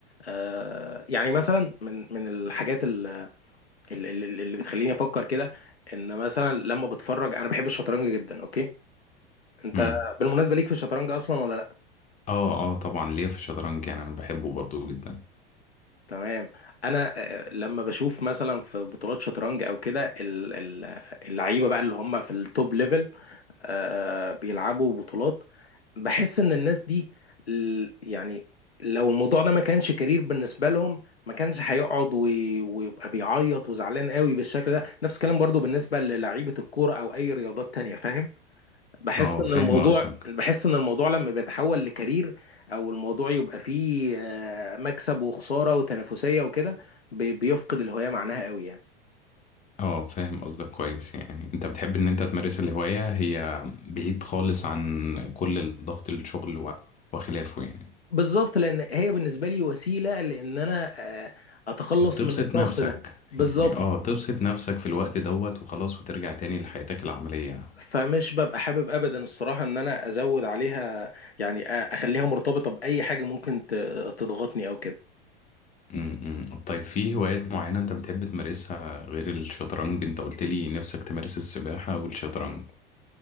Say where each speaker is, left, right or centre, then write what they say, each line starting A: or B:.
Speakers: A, on the left; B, on the left.
A: آه، يعني مثلا من من الحاجات ال- ال- ال- اللي بتخليني افكر كده ان مثلا لما بتفرج انا بحب الشطرنج جدا اوكي انت
B: مم.
A: بالمناسبه ليك في الشطرنج اصلا ولا لا
B: اه اه طبعا ليا في الشطرنج يعني انا بحبه برضو جدا
A: تمام انا آه، لما بشوف مثلا في بطولات شطرنج او كده ال- ال- اللعيبه بقى اللي هم في التوب ليفل آه، بيلعبوا بطولات بحس ان الناس دي ال- يعني لو الموضوع ده ما كانش كارير بالنسبه لهم ما كانش هيقعد وي- ويبقى بيعيط وزعلان قوي بالشكل ده نفس الكلام برضو بالنسبه للعيبه الكوره او اي رياضات تانية فاهم بحس
B: اه
A: ان
B: فاهم
A: الموضوع
B: قصدك
A: بحس ان الموضوع لما بيتحول لكارير او الموضوع يبقى فيه آه، مكسب وخساره وتنافسيه وكده بي- بيفقد الهويه معناها قوي يعني
B: اه فاهم قصدك كويس يعني انت بتحب ان انت تمارس الهواية هي بعيد خالص عن كل الضغط الشغل و- وخلافه يعني
A: بالظبط لان هي بالنسبه لي وسيله لان انا آه، اتخلص
B: تبسط
A: من الضغط
B: نفسك
A: ده بالظبط
B: يعني اه تبسط نفسك في الوقت دوت وخلاص وترجع تاني لحياتك العملية
A: فمش ببقى حابب ابدا الصراحه ان انا ازود عليها يعني أ- اخليها مرتبطه باي حاجه ممكن ت- تضغطني او كده
B: م -م. طيب في هوايات معينة انت بتحب تمارسها غير الشطرنج انت قلت لي نفسك تمارس السباحة والشطرنج